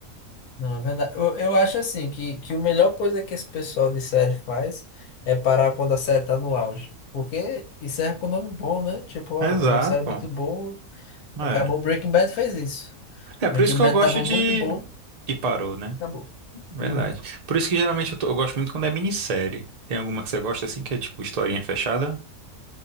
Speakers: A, on the left; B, on the right.
A: Não, é verdade. Eu, eu acho assim que, que a melhor coisa que esse pessoal de série faz é parar quando a série tá no auge. Porque isso é com nome bom, né? Tipo, ó,
B: Exato,
A: é uma série
B: pô.
A: muito boa.
B: É.
A: Acabou. Breaking Bad fez isso.
B: É
A: Breaking
B: por isso que
A: Bad
B: eu gosto
A: tava muito
B: de.
A: bom.
B: E parou, né?
A: Acabou.
B: Verdade.
A: Uhum.
B: Por isso que geralmente eu, tô- eu gosto muito quando é minissérie. Tem alguma que você gosta assim, que é tipo historinha fechada?